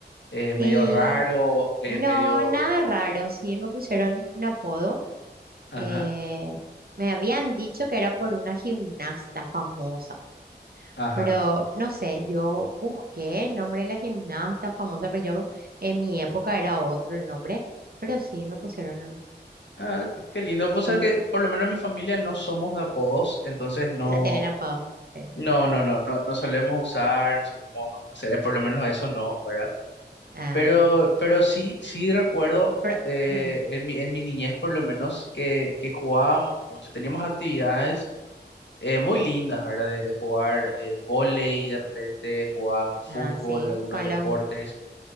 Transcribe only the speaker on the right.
y
no,
nada raro. Sí, me pusieron un apodo.
eh, me habían dicho que era por una gimnasta famosa,
pero no sé, yo busqué el nombre de la gimnasta famosa, pero yo en mi época era otro el nombre, pero sí me pusieron,
eh,
no tienen apodo. sí.
Ah,
pero-
ujú.
Ah, sí,
con
los,